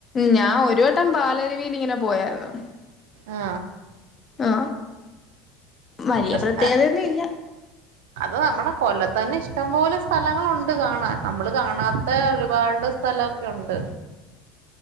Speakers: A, on the left; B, on the right.
A: ഞാൻ ഒരു വട്ടം പാലരുവീൽ ഇങ്ങനെ പോയായിരുന്നു
B: ആ
A: ആ വലിയ
B: പക്ഷെ
A: പ്രത്യേകതയൊന്നും ഇല്ല
B: അത് നമ്മുടെ കൊല്ലത്ത് തന്നെ ഇഷ്ടംപോലെ സ്ഥലങ്ങളു ണ്ട് കാണാൻ നമ്മള് കാണാത്ത ഒരുപാട് സ്ഥല ഒ ക്കെഉണ്ട്